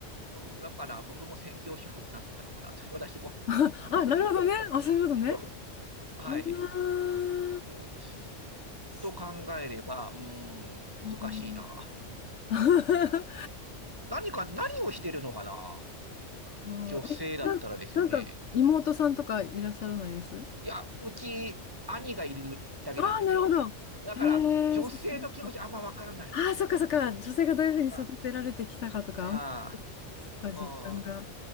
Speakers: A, on the right; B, on the left.
A: うん、だから僕も専業主婦になってたのかなと、<laughs> 私も。
B: <laughs> あ、なるほどね。あ、そういうことね。
A: <laughs> はい。
B: はあ、
A: うん、
B: そ
A: と考えれば、うん、難しいな。
B: う。<laughs>
A: 何か、何をしてるのかな
B: こう、
A: 女性だったらですよね。
B: え、なん、なんか、妹さんとかいらっしゃらないです
A: いや、うち、兄がいるだけなんですよ。
B: ああなるほど。
A: だから、
B: へえ、
A: 女性の気持ちあんまわからないんですよ。
B: そっかそっか。ああ、そっかそっか。女性がどういうふうに育てられてきたかとか。
A: ああ、
B: そっか、
A: ああ、
B: 実感が。